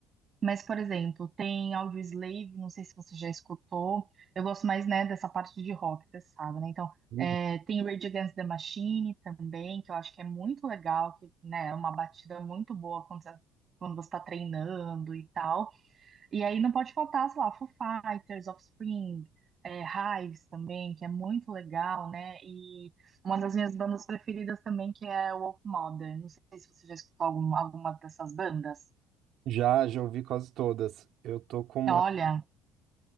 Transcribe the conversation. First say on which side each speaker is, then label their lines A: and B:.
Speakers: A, on the right; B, on the right.
A: Mas, por exemplo, tem Audioslave, não sei se você já escutou. Eu gosto mais, né, dessa parte de rock, você sabe, né? Então,
B: Uhum.
A: é, tem Rage Against the Machine também, que eu acho que é muito legal, que, né, é uma batida muito boa quando você, quando você tá treinando e tal. E aí não pode faltar, sei lá, Foo Fighters, Offspring, é, Hives também, que é muito legal, né? E uma das minhas bandas preferidas também, que é Wolf Mother. Não sei se você já escutou algum, alguma dessas bandas.
B: Já, já ouvi quase todas. Eu tô com uma,
A: Olha,